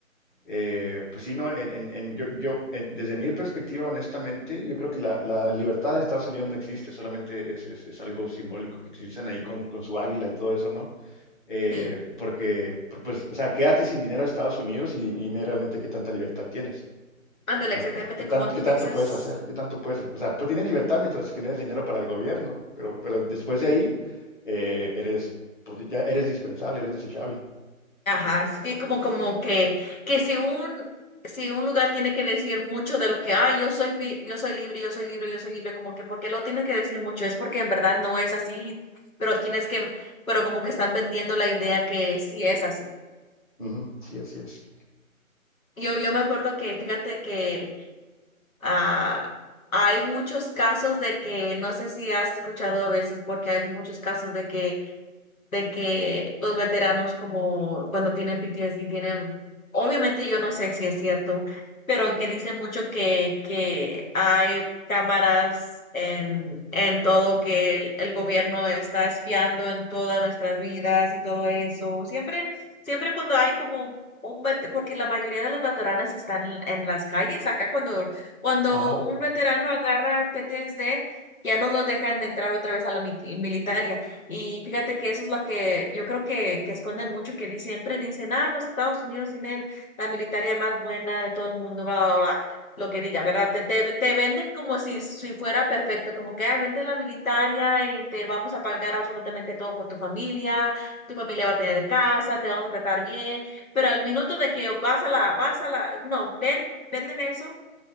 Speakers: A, on the left; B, on the left.
A: eh, pues sí, no, en, en- en- yo, yo, en- desde mi perspectiva, honestamente, yo creo que la, la libertad en Estados Unidos no existe, solamente es, es- es algo simbólico que utilizan ahí con, con su águila y todo eso, ¿no? Eh,
B: sí.
A: porque, por- pues, o sea, quédate sin dinero a Estados Unidos y dime realmente qué tanta libertad tienes.
B: Ándale,
A: O
B: exactamente
A: sea, ¿qué tan-
B: como
A: qué
B: tú
A: tanto
B: dices.
A: puedes hacer? ¿Qué tanto puedes O sea, pues tienes libertad mientras generes dinero para el gobierno, pero, pero después de ahí eh, eres, pues, ya eres dispensable, eres desechable.
B: Ajá, es que como, como que, que si un, si un lugar tiene que decir mucho de lo que, ah, yo soy, fi- yo soy libre, yo soy libre, yo soy libre, como que, ¿por qué lo tiene que decir mucho? Es porque en verdad no es así, pero tienes que, pero como que están vendiendo la idea que sí es así.
A: Ujú, sí, así es.
B: Yo, yo me acuerdo que, fíjate que Ah, hay muchos casos de que, no sé si has escuchado a veces, porque hay muchos casos de que de que los veteranos como cuando tienen PTSD tienen, obviamente yo no sé si es cierto, pero que dicen mucho que, que hay cámaras en, en todo, que el, el gobierno está espiando en todas nuestras vidas y todo eso. Siempre, siempre cuando hay como un vet- porque la mayoría de los veteranos están en las calles, acá cuando, cuando
A: Ajá.
B: un veterano agarra PTSD, ya no los dejan de entrar otra vez a la mi- militar, ya y fíjate que eso es lo que yo creo que, que esconden mucho, que di- siempre dicen, ah, los Estados Unidos tienen la militaria más buena de todo el mundo, bla, bla, bla. Lo que digan, ¿verdad? Te, te, te venden como si, si fuera perfecto, como que, ay, vente a la militaria y te vamos a pagar absolutamente todo por tu familia, tu familia va a tener casa, te vamos a tratar bien, pero al minuto de que vas a la, vas a la, no, ven, venden eso